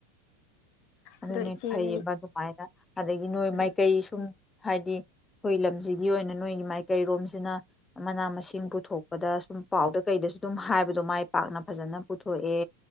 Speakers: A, on the left (about 15°); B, on the left (about 60°).
A: ꯑꯗꯨꯅꯤ
B: ꯑꯗꯣ ꯏꯆꯦ
A: ꯐꯩꯌꯦꯕ
B: ꯅꯣꯏ
A: ꯑꯗꯨꯃꯥꯏꯅ ꯑꯗꯒꯤ ꯅꯣꯏ
B: ꯎꯝ
A: ꯃꯥꯏꯀꯩ ꯁꯨꯝ ꯍꯥꯏꯗꯤ ꯑꯩꯈꯣꯏ ꯂꯝꯁꯤꯒꯤ ꯑꯣꯏꯅ ꯅꯣꯏꯒꯤ ꯃꯥꯏꯀꯩꯔꯣꯝꯁꯤꯅ ꯃꯅꯥ ꯃꯁꯤꯡ ꯄꯨꯊꯣꯛꯄꯗ ꯁꯨꯝ ꯄꯥꯎꯗ ꯀꯩꯗꯁꯨ ꯑꯗꯨꯝ ꯍꯥꯏꯕꯗꯣ ꯃꯥꯏ ꯄꯥꯛꯅ ꯐꯖꯅ ꯄꯨꯊꯣꯛꯑꯦ